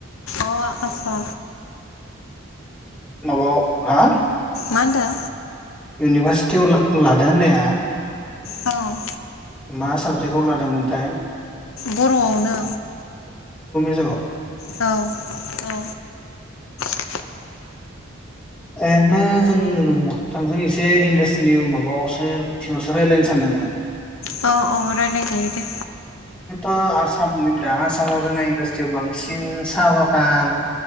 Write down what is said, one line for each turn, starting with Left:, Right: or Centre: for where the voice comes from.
Left: अ आसा
Centre: माबाव हा
Left: मानदों।
Centre: इउनिभारसिटियाव लादों होननाया
Left: औ
Centre: मास साबजेक्टआव लादोंमोनथाय
Left: बरआवनो
Centre: ज
Left: औ औ
Centre: <unintelligible>
Left: <inaudible>
Centre: ओरैनो जों थांजों एसे इन्डास्ट्रिनि माबायावसो बिथिङावसो रायजलायनो सानदोंमोन आङ
Left: अ अ रायलाय जायोदों
Centre: आसाम दा आसामाव जोंना इन्डासट्रियाव बांसिन साहा बागान